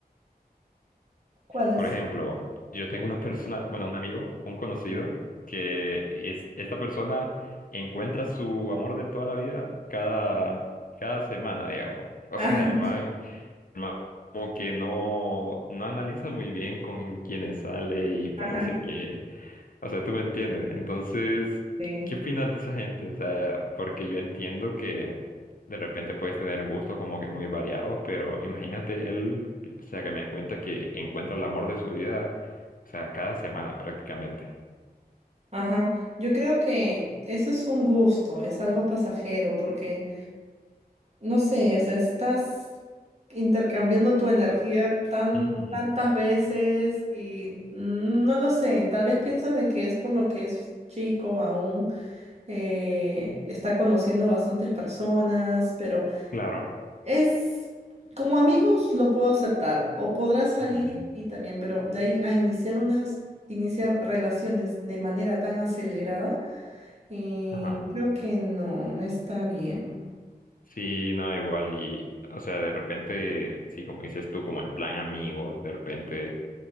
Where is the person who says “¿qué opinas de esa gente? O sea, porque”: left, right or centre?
Left